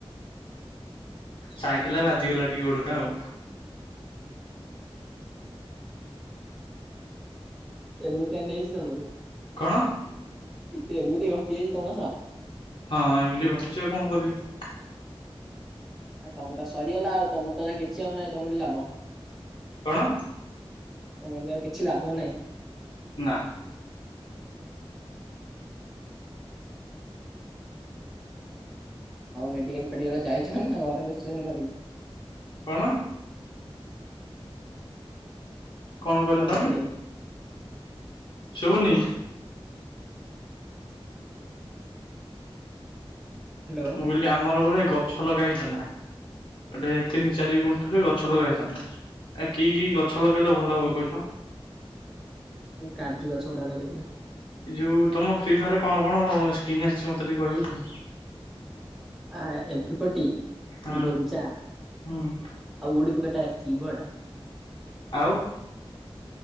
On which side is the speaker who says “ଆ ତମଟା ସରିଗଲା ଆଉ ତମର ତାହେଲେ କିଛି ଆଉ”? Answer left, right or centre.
Centre